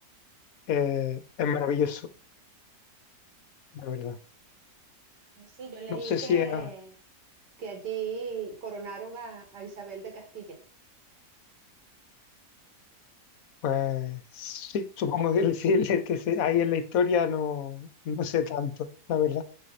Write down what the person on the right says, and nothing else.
No, Sí, yo leí
que,
que allí coronaron a, a Isabel de Castilla.